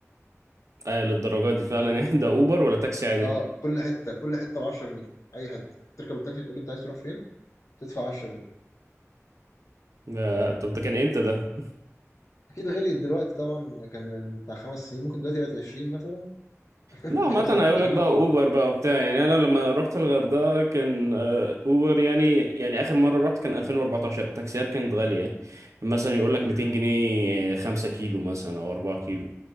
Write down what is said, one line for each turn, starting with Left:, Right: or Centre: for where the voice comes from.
Right: اه للدرجة دي فعلا يعني <laughs> ده اوبر ولا تاكسي عادي
Left: اه كل حتة كل حتة ب 10 جنيه أي حتة تركب التاكسي تقول له أنت عايز تروح فين تدفع 10 جنيه
Right: ده طب ده كان امتى ده
Left: أكيد غليت دلوقتي طبعا كان من بتاع خمس سنين ممكن دلوقتي بقت 20 مثلا <laughs>
Right: لا عامة
Left: 25
Right: هيقول لك بقى اوبر بقى وبتاع يعني انا لما رحت الغردقة كان آه، اوبر يعني يعني اخر مرة رحت كان 2014 التاكسيات كانت غالية مثلا يقول لك
Left: امم
Right: 200 جنيه 5 كيلو مثلا او 4 كيلو